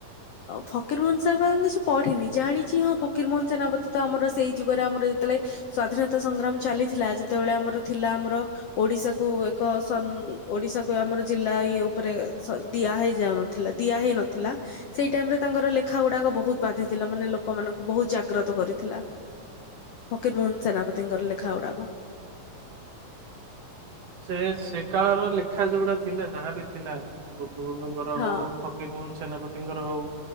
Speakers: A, on the left (about 75°); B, on the right (about 55°).
A: ଫକୀର ମୋହନ ସାର୍ କିଛି ପଢିନି ଜାଣିଛି ହଁ ଫକୀର ମୋହନ ସେନାପତିୀ ତ ଆମର ସେଇ ଯୁଗରେ ଆମର ଯେତେଳେ ସ୍ଵାଧୀନତା ସଂଗ୍ରାମ ଚାଲିଥିଲା ଯେତେବେଳେ ଆମର ଥିଲା ଆମର ଓଡିଶାକୁ ଏକ ସନ ଓଡିଶାକୁ ଆମର ଜିଲ୍ଲା ଇଏ ଉପରେ ଦିଆ ହେଇଯାଉ। ଥିଲା ଦିଆ ହେଇ ନଥିଲା ସେଇ ଟାଇମ ରେ ତାଙ୍କର ଲେଖା ଗୁଡାକ ବହୁତ ବାଧିଥିଲା ମାନେ ଲୋକମାନଙ୍କୁ ବହୁତ ଜାଗ୍ରତ କରିଥିଲା। ଫକୀର ମୋହନ ସେନାପତିଙ୍କର ଲେଖା ଗୁଡାକ।
B: ସେ ସେ କାଳର ଲେଖା ଯୋଉ ଗୁଡ଼ା ଥିଲା ଯାହାବି ଥିଲା ଗୋପବନ୍ଧୁଙ୍କର
A: ହଁ
B: ହଉ, ଫକୀର ମୋହନ ସେନାପତିଙ୍କର ହଉ,